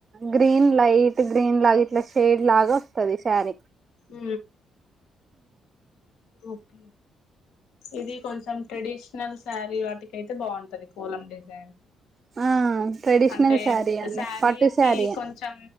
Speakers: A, on the right; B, on the left.
A: గ్రీన్ లైట్ గ్రీన్ లాగా ఇట్లా షేడ్ లాగ వస్తది శారీ
B: ఉ ఓకే ఇది కొంచెం ట్రెడిషనల్ శారీ వాటికి అయితే బాగుంటది కొలం డిజైన్
A: ఆ ట్రెడిషనల్
B: అంటే
A: శారీ అండి
B: శారీకి
A: పట్టు శారీయే
B: కొంచెం